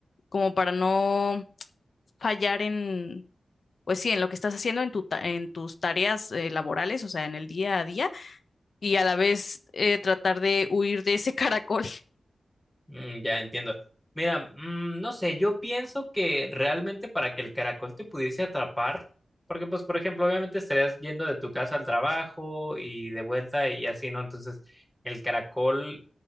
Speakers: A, on the left (about 55°); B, in the centre.
A: como para no fallar en, pues sí, en lo que estás haciendo en tu, ta- en tus tareas eh, laborales, o sea, en el día a día, y a la vez eh, tratar de huir de ese <laughs> caracol?
B: Mm, ya entiendo. Mira, mm, no sé, yo pienso que realmente para que el caracol te pudiese atrapar, porque pues, por ejemplo, obviamente estarías yendo de tu casa al trabajo y de vuelta y así, ¿no? Entonces, el caracol,